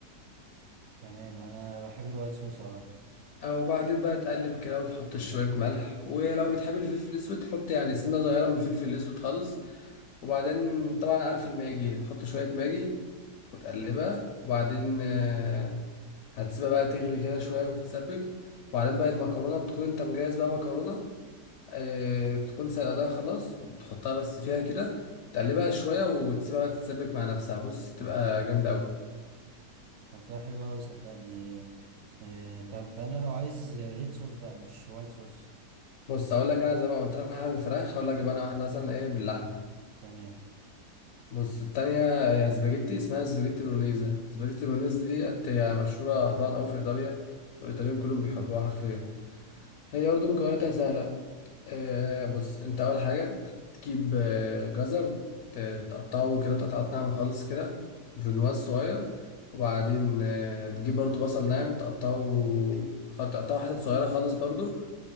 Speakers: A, on the right; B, on the left.
A: تمام أنا بحب الوايت صوص أه
B: او بعدين بقى تقلب كده وتحط شوية ملح ولو بتحب الفلفل الاسود تحط يعني سنة صغيرة من الفلفل الاسود خالص وبعدين طبعا عارف الماجي تحط شوية ماجي وتقلبها وبعدين آه، هتسيبها بقى تغلي كده شوية وتتسبك وبعدين بقى المكرونة تكون انت مجهز بقى مكرونة آه، تكون سلقتها خلاص وتحطها بس فيها كده تقلبها شوية وتسيبها بقى تتسبك مع نفسها بص تبقى جامدة أوي
A: طب ده حلو أوي صدقني آه طب أنا لو عايز ريد صوص بقى مش وايت صوص
B: بص هقول لك انا زي ما قلت لك واحدة بالفراخ هقول لك بقى انا واحدة مثلا ايه باللحمة
A: تمام
B: بص التانية هي سباجيتي اسمها سباجيتي برونيزا سباجيتي برونيزا ديت هي مشهورة طبعا أوي في إيطاليا والإيطاليين كلهم بيحبوها حرفيا هي برضه مكوناتها سهلة آه بص انت اول حاجه هتجيب آه، جزر ت- تقطعه كده تقطعات ناعمه خالص كده برونواز صغير وبعدين آه، تجيب برضو بصل ناعم تقطعه خ- تقطعه حتت صغيره خالص برضو